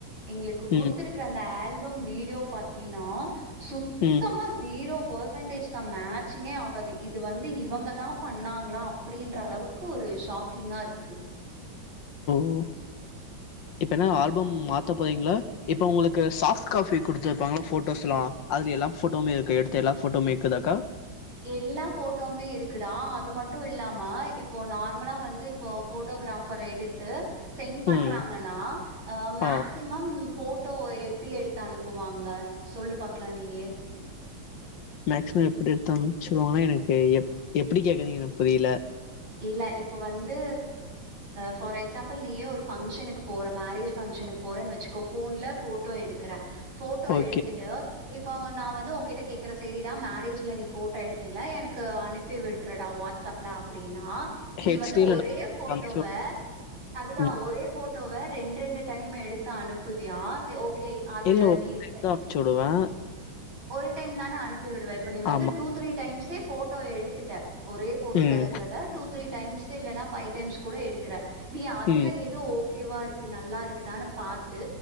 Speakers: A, on the right; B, on the left.
A: எங்ளுக்கு குடுத்துருக்கிற
B: ம்
A: அந்த ஆல்பம் வீடியோ பாத்தினா சுத்தமா
B: ம்
A: ஜீரோ பர்சன்டேஜ்தா மேட்ச்சிங்கே ஆகாது இது வந்து இவங்க தா பண்ணாங்ளா அப்டின்றளவுக்கு ஒரு ஷாக்கிங்கா இருக்கு.
B: ஓ இப்ப என்ன ஆல்பம் மாத்த போறிங்ளா இப்ப உங்களுக்கு சாஃப்ட் காபி குடுத்துருப்பாங்கள ஃபோட்டோஸ்லா அதுல எல்லா ஃபோட்டோமே இருக்கா எடுத்த எல்லா ஃபோட்டோமே இக்குதாக்கா?
A: எல்லா ஃபோட்டோமே இருக்குடா அது மட்டு இல்லாம இப்போ நார் மலா வந்து இப்போ ஃபோட்டோகிராபர் எடுத்து சென்ட் பண்றாங்கனா
B: ம்
A: அ மேக்சிமம்
B: ஆ
A: ஃபோட்டோ எப்டி எடுத்து அனுப்புவாங்க சொல்லு பாக்லா நீயே
B: மேக்சிமம் எப்டி எடுத்து அனுப்ச்சுவாங்கனா எனக்கு எப்பிடி கேக்கறிங்க எனக்கு புரில
A: இல்ல இப்ப வந்து ஃபார் எக்ஸாம்பிள் நீயே ஒரு ஃபங்க்ஷனுக்கு போற மேரேஜ் ஃபங் ஷனுக் போறேனு வச்சுக்கோ ஃபோன்ல ஃபோட்டோ எடுக்கற ஃபோட்டோ
B: ஓகே
A: எடுத்துட்டு இப் ப நா வந்து உங்கிட்ட கேக்கற செரிடா மேரேஜ்ல நீ ஃபோட்டோ எடுத்தீல எனக்கு அனுப்பி விட்ருடா வாட்ஸ் அப்ல அப் ப்டினா நீ
B: ஹெச்
A: வந்து
B: டி
A: ஒரே
B: ல
A: ஃபோட்டோவ
B: அனுப்ச்சு
A: அதுதா
B: ம்
A: ஒரே ஃபோட் டோவ ரெண்ரெண்டு டைம் எடுத்து அனுப்புவியா ஓகேய் அதுல
B: இல்ல
A: நீட்
B: அனுப்ச்சு வுடுவே
A: ஒரு டைம் தானே அனுப்பி விடுவ இப்ப நீ வந்து
B: ஆமா
A: டூ த்ரீ டைம்ஸே ஃபோட்டோ எடுத்துட்ட ஒரே போஸ்ல
B: ம்
A: இருக்கறத டூ த்ரீ டைம்ஸு இல்லனா ஃபைவ் டைம்ஸ் குட எடுக்கற நீ அதுல
B: ம்
A: எது ஓக் கேவா இருக்கு நல்லா இருக்குதானு பாத்து